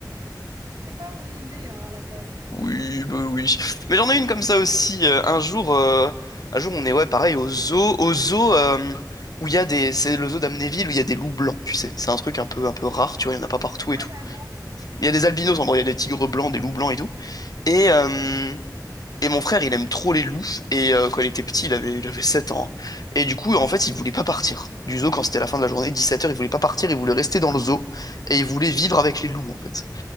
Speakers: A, on the right (about 65°); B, on the left (about 60°).
A: C'était pas mon idée, hein, à la base.
B: Oui, bah oui. Mais j'en ai une comme ça aussi. euh, un jour, euh, un jour, on est, ouais, pareil, au zoo, au zoo, euh, où il y a des, c'est le zoo d'Amnéville où il y a des loups blancs, tu sais. C'est un truc un peu, un peu rare, tu vois, il y en a pas partout et
A: Ah,
B: tout.
A: j'adore,
B: Il y a des albinos, en gros, il y a des tigres blancs, des loups blancs et tout. Et, euh, Et mon frère, il aime trop les loups. Et euh, quand il était petit, il avait, il avait 7 ans. Et du coup, en fait, il voulait pas partir du zoo quand c'était la fin de la journée, 17 heures Il voulait pas partir, il voulait rester dans le zoo. Et il voulait vivre avec les loups, en fait.